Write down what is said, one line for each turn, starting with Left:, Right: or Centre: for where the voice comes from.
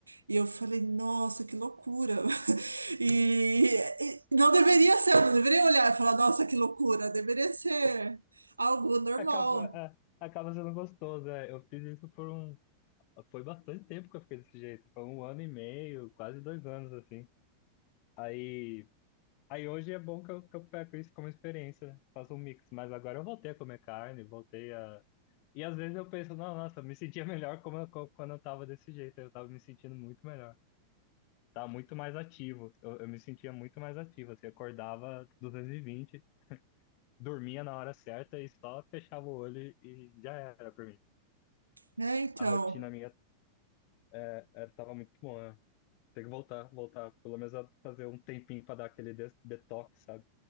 Right: e eu falei, nossa, que loucura. <laughs> E, e não deveria ser, eu não deveria olhar e falar, nossa, que loucura, deveria ser algo normal.
Left: Acaba, é, é, acaba sendo gostoso, né? Eu fiz isso por um. Foi bastante tempo que eu fiquei desse jeito. Foi um ano e meio, quase dois anos, assim. Aí. Aí hoje é bom que eu, que eu pego isso como experiência, né? faço um mix. Mas agora eu voltei a comer carne, voltei a. E às vezes eu penso, não, nossa, eu me sentia <laughs> melhor como eu- co- quando eu tava desse jeito. Eu tava me sentindo muito melhor. Tava muito mais ativo. Eu, eu me sentia muito mais ativo. Assim, acordava 220, dormia na hora certa e só fechava o olho e já era pra mim.
Right: né é então.
Left: A rotina minha é, é, tava muito boa. né? Tem que voltar, voltar. Pelo menos a fazer um tempinho pra dar aquele des- detox, sabe?